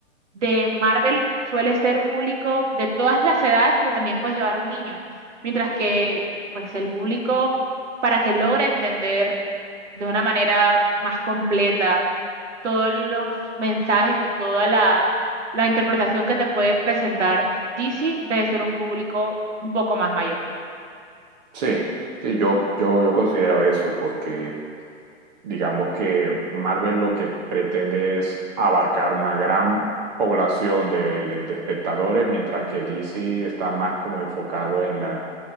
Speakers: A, on the right (about 65°); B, on the right (about 35°).
A: de Marvel suele ser un público de todas las edades, pero también puedes llevar un niño. Mientras que, pues, el público, para que logre entender de una manera más completa todos los mensajes o toda la, la interpretación que te puede presentar DC debe ser un público un poco más mayor.
B: sí, sí, yo, yo, yo considero eso porque... digamos que Marvel lo que pretende es abarcar una gran población de, de- de espectadores, mientras que DC está más como enfocado en la,